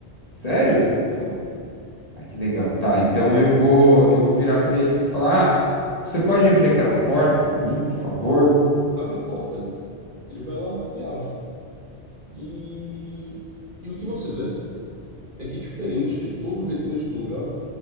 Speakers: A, on the left; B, on the right.
A: Sério?
B: Aham.
A: Ah, que legal. Tá, então eu vou, eu vou virar pra ele e vou falar, ah, você pode abrir aquela porta pra mim, por favor?
B: Abre porta. Ele vai lá e abre. E, e o que você vê é que, diferente de todo o restante do lugar,